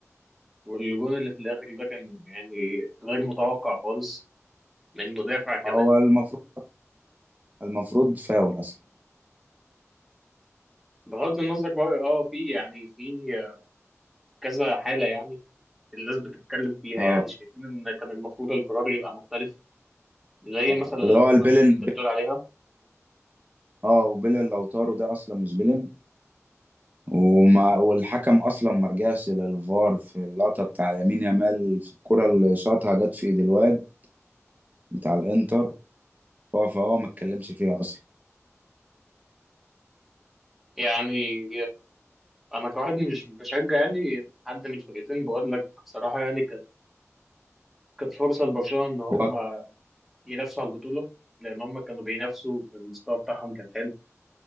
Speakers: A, in the centre; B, on the right.
A: والجون اللي في الاخر ده كان يعني غير متوقع خالص من مدافع كمان
B: هو المفروض المفروض فاول اصلا
A: بغض النظر بقى اه في يعني في كذا حالة يعني الناس بتتكلم فيها
B: اه
A: يعني شايفين ان كان المفروض القرار يبقى مختلف زي
B: آه،
A: مثلا
B: اللي
A: الكوره
B: هو البيلن
A: دي اللي انت
B: بيلن-
A: بتقول عليها
B: اه وبيلن لو طاروا ده اصلا مش بيلن وما والحكم اصلا ما رجعش للفار في اللقطه بتاع يمين يامال في الكره اللي شاطها جت في ايد الواد بتاع الانتر هو فهو ما اتكلمش فيها اصلا
A: يعني انا كواحد مش بشجع يعني حد من الفرقتين بقول لك بصراحه يعني كانت كانت فرصه لبرشلونه ان هم
B: هو
A: ينافسوا على البطوله لان هم كانوا بينافسوا المستوى بتاعهم كان حلو